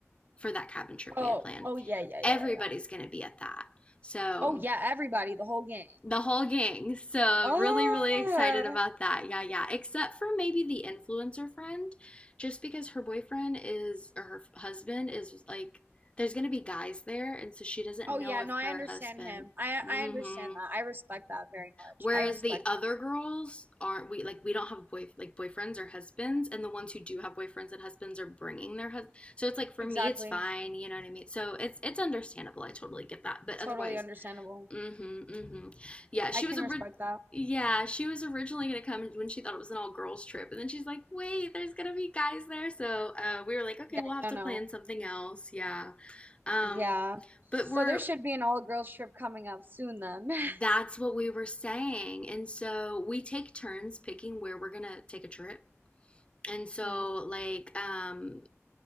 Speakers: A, on the left; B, on the right.
A: for that cabin trip
B: Oh,
A: we had planned.
B: oh yeah, yeah, yeah,
A: Everybody's
B: yeah.
A: going to be at that. So
B: Oh yeah, everybody, the whole gang.
A: the whole gang. So
B: Oh.
A: really, really excited about that. Yeah, yeah. Except for maybe the influencer friend, just because her boyfriend is or her husband is like there's gonna be guys there, and so she doesn't
B: Oh
A: know
B: yeah,
A: if
B: no, I
A: her
B: understand
A: husband.
B: him. I
A: hmm
B: I understand that. I respect that very much.
A: Whereas
B: I respect
A: the other girls aren't we like we don't have boy like boyfriends or husbands, and the ones who do have boyfriends and husbands are bringing their husband. So it's like for
B: Exactly.
A: me, it's fine, you know what I mean. So it's it's understandable. I totally get that. But
B: Totally
A: otherwise,
B: understandable.
A: mm-hmm, mm-hmm. Yeah, she
B: I can
A: was a.
B: respect that.
A: yeah, she was originally gonna come when she thought it was an all girls trip, and then she's like, "Wait, there's gonna be guys there." So uh, we were like, "Okay,
B: Yeah,
A: we'll have
B: no,
A: to
B: no.
A: plan something else." Yeah, um,
B: Yeah. So
A: but we're
B: there should be an all-girls trip coming up soon then. <laughs>
A: that's what we were saying. And so we take turns picking where we're gonna take a trip. And so
B: Mhm.
A: like um